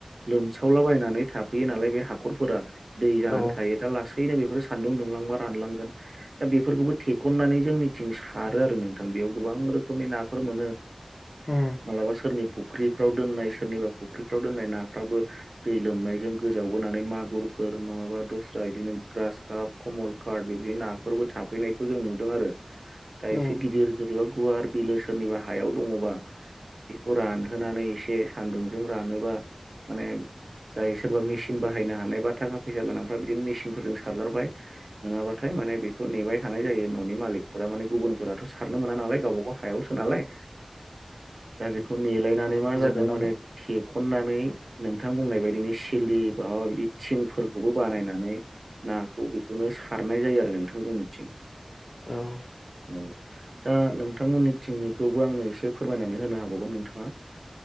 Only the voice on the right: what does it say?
लोमसावला बायनानै थाब हैयो नालाय बे हाखरफोरा दै जानानै
थायो दा लासैनो बेफोर सान्दुं दुंलांबा रानलांगोन बे दा बेफोरखौबो थेखननानै जोंनिथिं सारो आरो नोंथां बेयाव गोबां रोखोमनि नाफोर मोनो। <unintelligible>
मालाबा सोरनि फुख्रिफ्राव दोननाय सोरनिबा फुख्रिफ्राव दोननाय नाफ्राबो दै लोमनायजों गोजावबोनानै मागुरफोर नङाबा दस्रा बिदिनो ग्रास काप कमल करद बिबदि नाफोरबो थाफैनायखौ जों नुदों आरो दा
एसे गिदिर जेरैबा गुवार बिलो सोरनिबा हायाव दङबा बेखौ रानहोनानै एसे सान्दुंजों रानोबा माने जाय सोरबा मेसिन बाहायनो हानाय बा थाखा फैसा गोनांफ्रा बिदिनो मेसिनफोरजों सारगारबाय नङाबाथाय माने बेखौ नेबाय थानाय जायो न'नि मालिकफोरा माने गुबुनफोराथ' सारनो मोना नालाय गावबागाव हायावसो नालाय दा बेखौ नेलायनानै मा
जागोन
माने थेखननानै नोंथां बुंनाय बायदिनो सिलि माबा बिदि थिं फोरखौबो बानायनानै नाखौ बेखौनो सारनाय जायो आरो नोंथां जोंनिथिं
औ दा नोंथांमोननि थिंनिखौबो आंनो एसे फोरमायनानै होनो हाबावगोन नोंथाङा